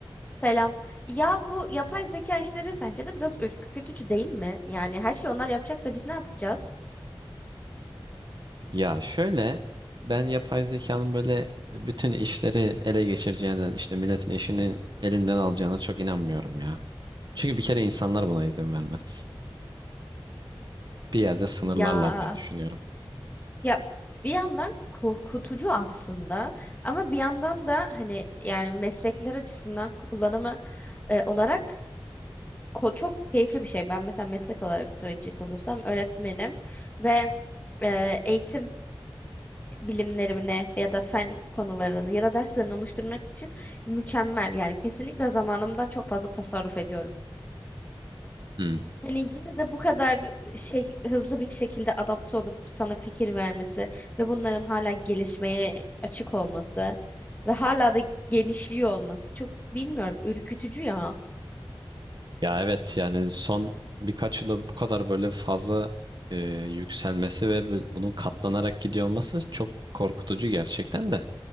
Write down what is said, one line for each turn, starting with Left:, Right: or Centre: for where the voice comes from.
Left: Selam. Ya bu yapay zeka işleri sence de biraz ürkütücü değil mi? Yani her şeyi onlar yapacaksa biz ne yapacağız?
Right: Ya şöyle ben yapay zekanın böyle bütün işleri ele geçireceğinden işte milletin işini elinden alacağına çok inanmıyorum ya. Çünkü bir kere insanlar buna izin vermez. Bir yerde sınırlarlar
Left: Ya
Right: diye düşünüyorum.
Left: ya bir yandan korkutucu aslında ama bir yandan da hani yani meslekler açısından kullanımı e, olarak ko- çok keyifli bir şey. Ben mesela meslek olarak söyleyecek olursam öğretmenim ve e, eğitim bilimlerimine ya da fen konularını ya da ders planını oluşturmak için mükemmel. Yani kesinlikle zamanımdan çok fazla tasarruf ediyorum.
Right: Hmm.
Left: Hani yine de bu kadar şey hızlı bir şekilde adapte olup sana fikir vermesi ve bunların hala gelişmeye açık olması ve hala da genişliyor olması çok bilmiyorum ürkütücü ya.
Right: Ya evet yani son birkaç yılda bu kadar böyle fazla e, yükselmesi ve bu- bunun katlanarak gidiyor olması çok korkutucu gerçekten de.